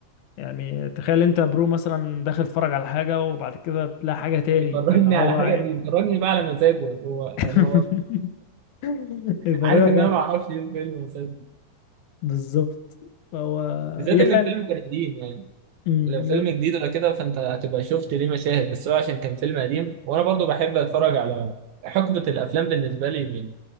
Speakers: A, on the left; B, on the right.
A: يعني تخيل انت يا برو مثلا داخل تتفرج على حاجة وبعد كده تلاقي حاجة تاني
B: بيفرجني
A: فاللي هو
B: على حاجه بيفرجني بقى على مزاجه هو
A: <laughs>
B: يعني هو
A: يفرجك
B: عارف ان انا ما اعرفش ايه الفيلم أساساً.
A: بالظبط فهو
B: بالذات
A: هي
B: ان الفيلم كان قديم يعني
A: فعلا
B: لو فيلم جديد ولا كده فانت هتبقى شفت ليه مشاهد بس هو عشان كان فيلم قديم وانا برضو بحب اتفرج على حقبه الافلام بالنسبه لي من